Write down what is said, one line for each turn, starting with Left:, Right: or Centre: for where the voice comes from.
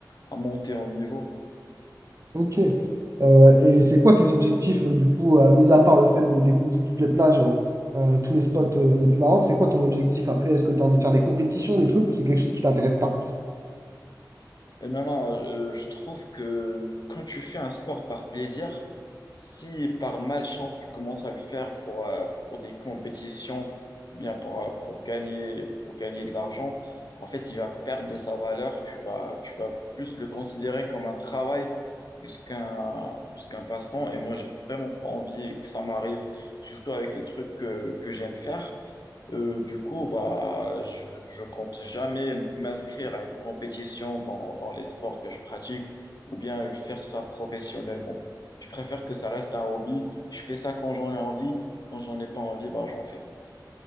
Left: à monter en niveau.
Right: ok. Euh, et c'est quoi tes objectifs, euh, du coup, euh, mis à part le fait de découvrir toutes les plages, euh, euh, tous les spots euh, du Maroc, c'est quoi ton objectif après? Est-ce que tu as envie de faire des compétitions, des trucs, ou c'est quelque chose qui t'intéresse pas?
Left: Euh, Non, non, euh, je trouve que quand tu fais un sport par plaisir, si par malchance tu commences à le faire pour, euh, pour des compétitions ou bien pour, euh, pour gagner, pour gagner de l'argent, en fait, il va perdre de sa valeur. Tu vas, tu vas plus le considérer comme un travail plus qu'un plus qu'un passe-temps. Et moi, j'ai vraiment pas envie que ça m'arrive, surtout avec les trucs que, que j'aime faire. Euh, du coup, bah, je, je compte jamais m'inscrire à une compétition dans, dans les sports que je pratique ou bien faire ça professionnellement. Je préfère que ça reste un hobby. Je fais ça quand j'en ai envie. Quand j'en ai pas envie, bah, j'en fais. pas.